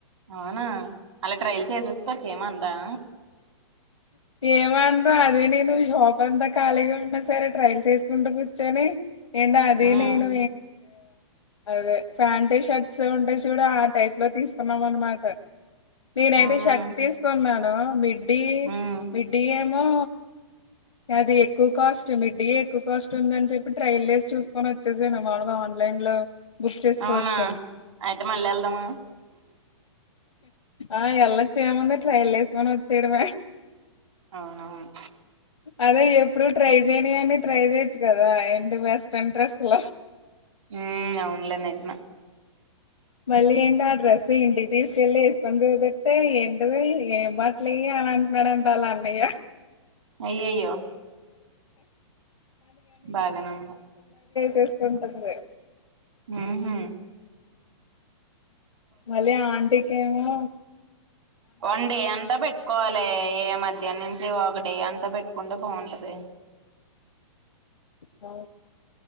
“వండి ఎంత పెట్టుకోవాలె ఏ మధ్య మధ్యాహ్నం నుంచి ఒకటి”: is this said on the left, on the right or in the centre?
Right